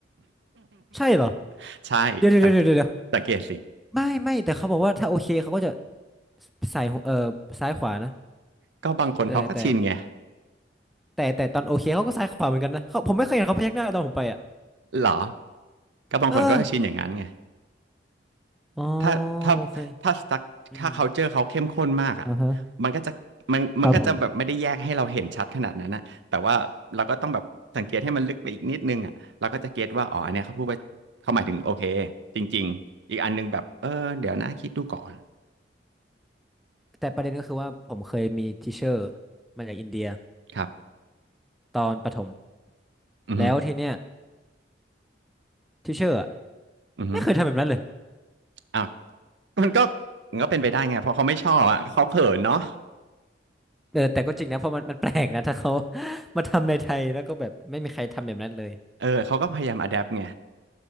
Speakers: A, in the centre; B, on the right.
A: ใช่เหรอ
B: <laughs> ใช่สังเกตสังเกตสิ
A: เดี๋ยวเดี๋ยวเดี๋ยวเดี๋ยวเดี๋ยวไม่ไม่แต่เขาบอกว่าถ้าโอเคเขาก็จะใส่หัวเออซ้ายขวานะ
B: ก็บางคนเขาก็ชินไง
A: แต่แต่แต่แต่ตอนโอเคเขาก็ซ้ายขวาเหมือนกันนะเขาผมไม่เคยเห็นเขาพยักหน้าตอนผมไปอ่ะ
B: เหรอก็บางคนเขาก็ชินอย่างนั้นไง
A: เอออ๋อ
B: ถ้าถ้า
A: โอเค
B: ถ้าสตั๊กถ้า
A: อืม
B: culture เขาเข้มข้นมากอ่ะ
A: อ่าฮะ
B: มันก็จะมันมันก็จะแบบไม่ได้แยกให้เราเห็นชัดขนาดนั้นนะแต่ว่าเราก็ต้องแบบสังเกตให้มันลึกไปอีกนิดนึงอ่ะเราก็จะเก็ตว่าอ๋ออันเนี้ยเขาพูดว่าเขาหมายถึงโอเค
A: ครับผม
B: จริงๆอีกอันนึงแบบเออเดี๋ยวนะคิดดูก่อน
A: แต่ประเด็นก็คือว่าผมเคยมีทิเชอร์มาจากอินเดีย
B: ครับ
A: ตอนประถม
B: อือฮึ
A: แล้วทีเนี้ยทิเชอร์
B: อือฮึ
A: ไม่เคยทำแบบนั้นเลย
B: อ่ะมันก็มันก็เป็นไปได้ไงเพราะเขาไม่ชอบอ่ะเขาเขินเนาะ
A: เออแต่ก็จริงนะเพราะมันมันแปลกนะถ้าเขา <laughs> มาทำในไทยแล้วก็แบบไม่มีใครทำแบบนั้นเลย
B: เออเขาก็พยายามอะแดปไง